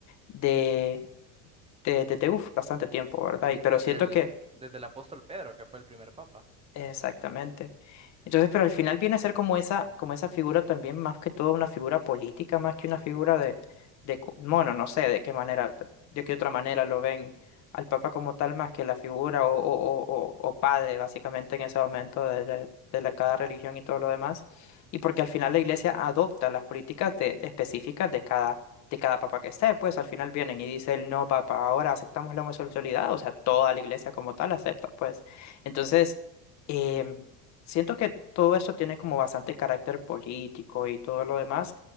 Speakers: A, on the left; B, on the right.
A: de, de, de de, uf, bastante tiempo, ¿verdad?
B: sí,
A: Y, pero
B: desde
A: siento
B: el,
A: que
B: desde el apóstol Pedro, que fue el primer papa. <laughs>
A: Exactamente. Entonces, pero al final viene a ser como esa, como esa figura también, más que todo una figura política, más que una figura de, de, cu- bueno, no sé de qué manera, de qué otra manera lo ven al Papa como tal, más que la figura o, o, o, o- o padre, básicamente, en ese momento de, de, de la, cada religión y todo lo demás. Y porque al final la Iglesia adopta las políticas de, específicas de cada, de cada Papa que esté, pues al final vienen y dice el no Papa, ahora aceptamos la homosexualidad, o sea, toda la Iglesia como tal acepta, pues. Entonces, Em, siento que todo esto tiene como bastante carácter político y todo lo demás,